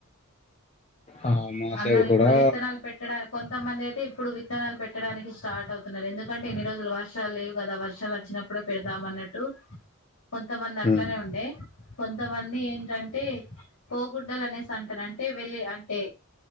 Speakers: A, on the left; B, on the left.
A: ఆ మా
B: అందరు
A: సైడ్
B: ఇప్పుడు
A: కూడా
B: విత్తనాలు పెట్టడానికి కొంతమందయితే ఇప్పుడు విత్తనాలు పెట్టడానికి స్టార్ట్ అవుతున్నారు ఎందుకంటే ఇన్ని రోజులు వర్షాలు లేవు కదా వర్షాలు వచ్చినప్పుడే పెడదాం అన్నట్టు కొంతమంది అట్లానే
A: ఉమ్,
B: ఉండే కొంతమంది ఏంటంటే పోగుడ్డలనేసి అంటనంటే వెళ్ళి అంటే